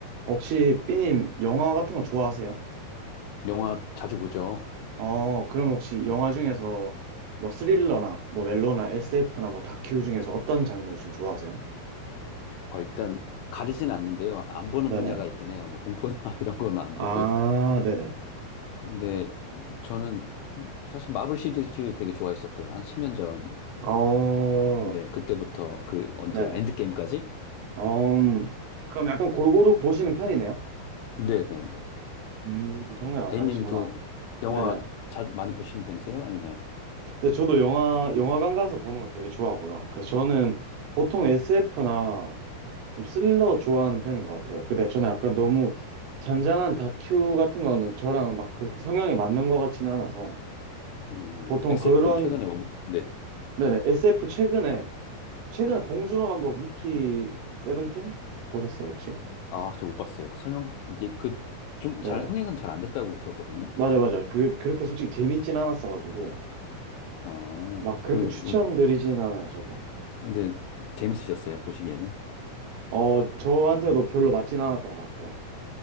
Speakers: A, on the right; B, on the left.
A: 혹시 삐님 영화 같은 거 좋아하세요?
B: 영화 자주 보죠.
A: 어, 그럼 혹시 영화 중에서 뭐 스릴러나 뭐 멜로나 SF나 뭐 다큐 중에서 어떤 장르 좀 좋아하세요?
B: 어, 일단 가리진 않는데요. 안 보는
A: 네네.
B: 분야가 있긴 해요. 뭐 공포 영화 <laughs> 이런 거는 안 보고요.
A: 아, 네네.
B: 근데 저는 좀 사실 마블 시리즈 되게 좋아했었고요. 한 10년 전.
A: 어,
B: 근데 그때부터 그 언제
A: 네네.
B: 엔드게임까지?
A: 어, 음, 그럼 약간 골고루 보시는 편이네요?
B: 네네네.
A: 음, 장르를 안
B: A님도
A: 가리시구나.
B: 영화
A: 네네.
B: 자 많이 보시는 편이세요? 아니면
A: 근데 저도 영화, 영화관 가서 보는 거 되게 좋아하고요. 그래서 저는 보통 SF나 좀 스릴러 좋아하는 편인 것 같아요. 근데 저는 약간 너무 잔잔한 다큐 같은 거는 저랑 막 그렇게 성향이 맞는 것 같지는 않아서
B: 음,
A: 보통
B: SF
A: 그런
B: 최근에 뭐, 네.
A: 네네 SF 최근에 최근에
B: 네.
A: 봉준호 감독 미키 세븐틴 보셨어요 혹시?
B: 아, 저 못 봤어요. 그 설명 그 좀
A: 네네
B: 잘 흥행은 잘 안 됐다고 들었거든요.
A: 맞아 맞아 그 그렇게 솔직히 재밌진 않았어가지고
B: 아,
A: 막 그렇게
B: 그 우-
A: 추천드리진 않아요 저도
B: 근데 재밌으셨어요? 보시기에는?
A: 어 저한테도 별로 맞진 않았던 것 같아요.